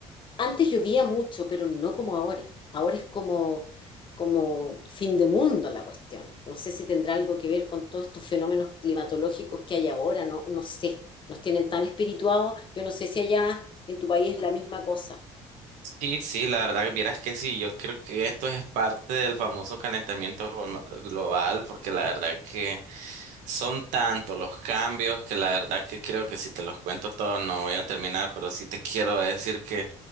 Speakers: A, on the left; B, on the right.
A: antes llovía mucho, pero no como ahora. Ahora es como, como fin de mundo la cuestión. No sé si tendrá algo que ver con todos estos fenómenos climatológicos que hay ahora, no, no sé. Nos tienen tan espirituados, yo no sé si allá en tu país es la misma cosa.
B: Sí, sí, la verdad que vieras que sí, yo creo que esto es parte del famoso calentamiento gloma- global, porque la verdad que son tantos los cambios que la verdad que creo que si te los cuento todos no voy a terminar, pero sí te quiero decir que,